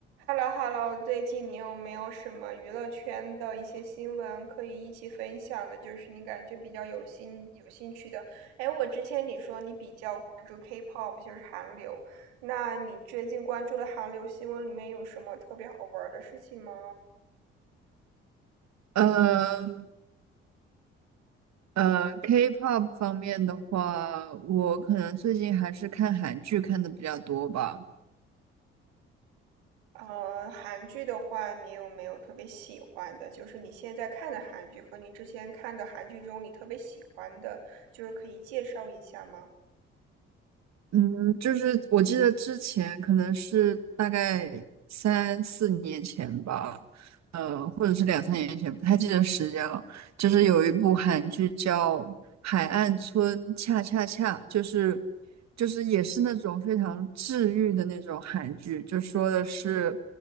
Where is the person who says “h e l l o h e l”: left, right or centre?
Right